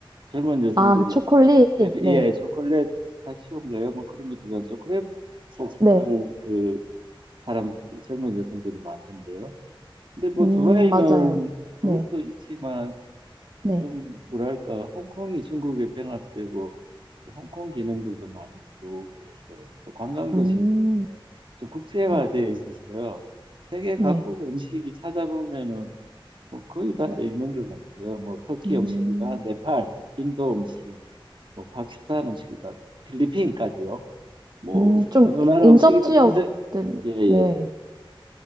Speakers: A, on the right (about 60°); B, on the right (about 45°).
A: 젊은 여성들이
B: 아, 그 초콜릿?
A: 뭐 예,
B: 네.
A: 예, 초콜릿 피스타치오인가요? 뭐 그런 것들은 초콜릿을 찾는
B: 네.
A: 그 사람 젊은 여성들이 많던데요. 근데 뭐
B: 음,
A: 두바이는
B: 맞아요.
A: 그것도
B: 네.
A: 있지만
B: 네.
A: 좀 뭐랄까 홍콩이 중국에 병합되고 또 홍콩 기능들도 많이 들어오고 해서 또 관광도시이기
B: 음,
A: 때문에 좀 국제화되어
B: 네.
A: 있어서요. 세계
B: 네.
A: 각국의 음식이 찾아보면은 뭐 거의 다 있는 것 같아요. 뭐 터키
B: 음,
A: 음식이다, 네팔, 인도 음식, 뭐 파키스탄 음식이다, 필리핀까지요. 뭐
B: 음, 좀
A: 어느
B: 이-
A: 나라
B: 인접
A: 음식이든
B: 지역들,
A: 검색 예, 예.
B: 네.